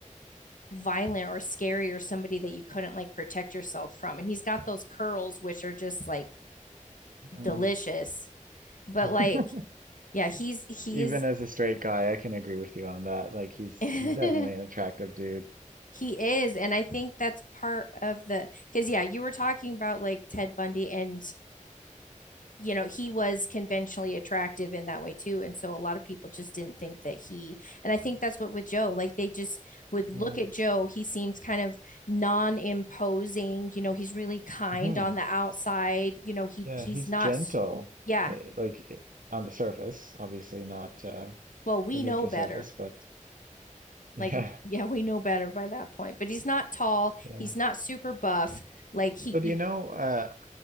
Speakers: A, on the left; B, on the right.
A: violent or scary or somebody that you couldn't like protect yourself from. And he's got those curls, which are just like
B: uh,
A: delicious. But
B: <laughs>
A: like, yeah, he's he's
B: even as a straight guy, I can agree with you on that. Like
A: <laughs>
B: he's
A: he
B: he's definitely an attractive dude.
A: is, and I think that's part of the because yeah, you were talking about like Ted Bundy and you know he was conventionally attractive in that way too and so a lot of people just didn't think that he and i think that's what with joe like they just would look
B: mm
A: at joe he seems kind of non-imposing you know he's really kind
B: hmm
A: on the outside you know he
B: Yeah,
A: he's
B: he's
A: not
B: gentle.
A: yeah
B: eh, like eh, on the surface, obviously not uh,
A: well we
B: beneath
A: know
B: the
A: better
B: surface, but yeah,
A: Like,
B: <laughs>
A: yeah, we know better by that point. But he's not tall.
B: yeah.
A: He's not super buff. Like he,
B: So do
A: you,
B: you know? Uh,